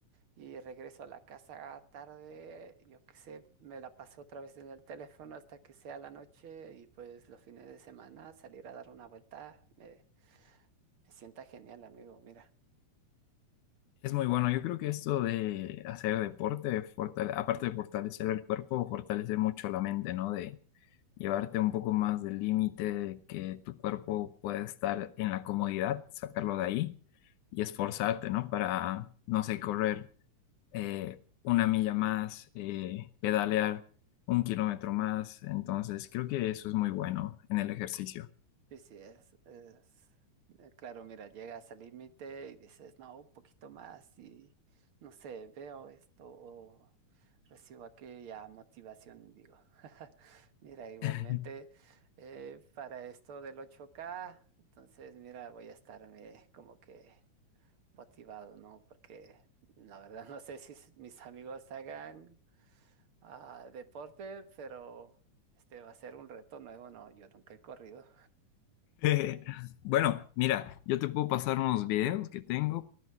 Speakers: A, on the right; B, on the left.
A: y regreso a la casa tarde, yo qué sé, me la paso otra vez en el teléfono hasta que sea la noche y pues los fines de semana salir a dar una vuelta me, me sienta genial, amigo, mira.
B: Es muy bueno. Yo creo que esto de hacer deporte, fortale- aparte de fortalecer el cuerpo, fortalece mucho la mente, ¿no? De, llevarte un poco más del límite que tu cuerpo puede estar en la comodidad, sacarlo de ahí y esforzarte, ¿no? Para, no sé, correr eh, una milla más, eh, pedalear un kilómetro más. Entonces, creo que eso es muy bueno en el ejercicio.
A: Sí, sí, es, es, eh, claro, mira, llegas al límite y dices, no, un poquito más y, no sé, veo esto o recibo aquella motivación, digo. <laughs> Mira, igualmente,
B: <laughs>
A: eh, para esto del ocho k entonces, mira, voy a estarme como que motivado, ¿no? Porque la verdad no sé si s- mis amigos hagan ah, deporte, pero este va a ser un reto nuevo, ¿no? Yo nunca he corrido.
B: Eh, bueno, mira, yo te puedo pasar unos videos que tengo